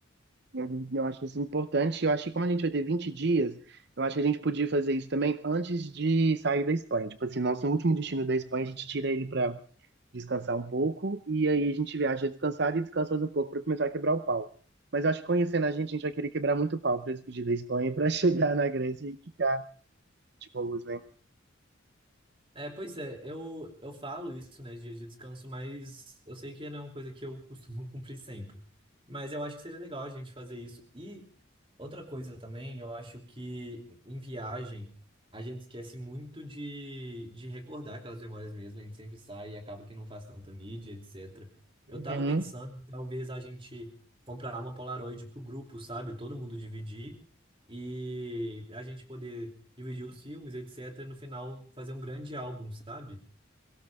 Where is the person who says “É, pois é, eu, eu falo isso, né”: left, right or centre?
Right